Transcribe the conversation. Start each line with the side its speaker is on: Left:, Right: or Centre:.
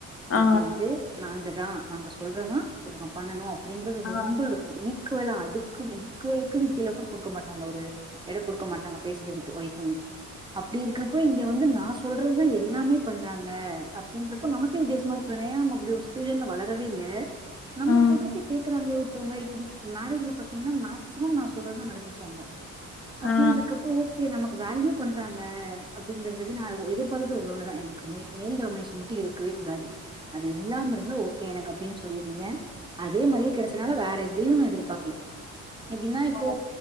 Left: ஆ
Right: இப்டி வந்து நாங்க தா நாங்க சொல்றதுதா இவுங்க பண்ணனு அப்டின்றது
Left: ஆ
Right: ரொம்ப இருக்கும் <unintelligible> க்குவலா அதுக்கு ஈக்குவலுக்கும் கீழ கூட குடுக்க மாட்டாங்க ஒரு எடோ குடுக்க மாட்டாங்க பேசுறதுக்கு <unintelligible> ம் அப்டி இருக்க இப்ப இங்க வந்து நான் சொல்றதுதா எல்லாமே பண்றாங்க அப்டின்றப்போ நமக்கே வித்தியாசமா இருக்குல்லயா நம்ம அப்டி யோசிச் திடீர்னு வளரவே இல்ல நம்ம
Left: ம்
Right: சொல்றத கேக்குறாங்களே ஒரு த்தவங்க இப்போ மேரேஜ்ல பாத்தீங்கன்னா மேக்சிமம் நா சொல்றதுதா நடந்துச்சு அங்க அப்டின்றக்கப்போ
Left: ஆ
Right: ஓகே நமக்கு வேல்யூ பண்றாங்க அப்டின்றது வந்து நா எதிர்பாத்தது அது ஒண்ணுதா எனக்கு மே மேல் டாமினேஷன் மட்டு இருக்கவே கூடாது அது இல்லாம இருந் ந்தா ஓகே எனக்கு அப்டின்னு சொல்லியிருந்தே அதே மாரியே கெடைச்சனால வேற எதையு நா எதிர்பார்க்கல எப்டின்னா இப்போ
Left: ஓ,